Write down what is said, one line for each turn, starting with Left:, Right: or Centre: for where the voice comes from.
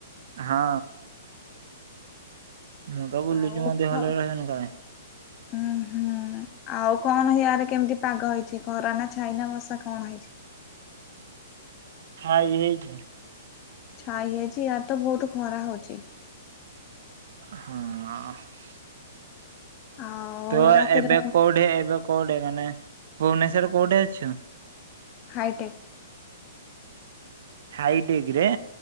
Right: ହଁ। ମୁଁ ତ ବୁଲୁଛି
Left: ଆଉ
Right: ମୋ ଦେହ ଭଲ ରହିବନି କାଇଁ?
Left: ଉୁଁ ହୁଁ ଆଉ କଣ <unintelligible> ହିଆରେ କେମିତି ପାଗ ହେଇଛି ଖରା ନା ଛାଇନା ବର୍ଷା କଣ ହେଇଛି?
Right: ହଁ ଇଏ ହେଇଚି।
Left: ଛାଇ ହେଇଚି ୟାଡ଼୍ ତ ବହୁତ ଖରା ହଉଛି।
Right: ହଁ।
Left: ଆଉ
Right: ତୁ
Left: ରାତିରେ
Right: ଏବେ କୋଉଠି ଏବେ କୋଉଠି ମାନେ ଭୁବନେଶ୍ଵରରେ କୋଉଠି ଅଛୁ?
Left: ହାଇଟେକ୍।
Right: ହାଇ ଟେଗ୍ ରେ?